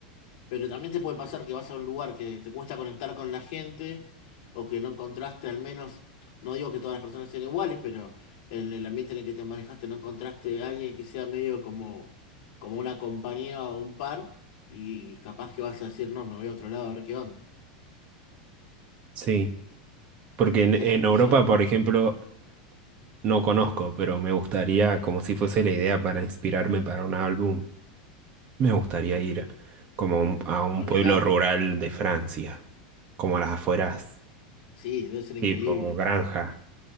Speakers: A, on the left; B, on the right.
A: Pero también te puede pasar que vas a un lugar que te cuesta conectar con la gente o que no encontraste al menos, no digo que todas las personas sean iguales, pero en el ambiente en el que te manejaste no encontraste a alguien que sea medio como, como una compañía o un par y capaz que vas a decir, no, me voy a otro lado a ver qué onda.
B: sí, porque
A: ¿Me entendés?
B: en, en Europa,
A: O sea,
B: por ejemplo, no conozco, pero me gustaría como si fuese la idea para inspirarme para un álbum Me gustaría
A: sí,
B: ir como a un, a un
A: olvídate.
B: pueblo rural de Francia, como a las afueras,
A: Sí, debe ser increíble.
B: tipo granja.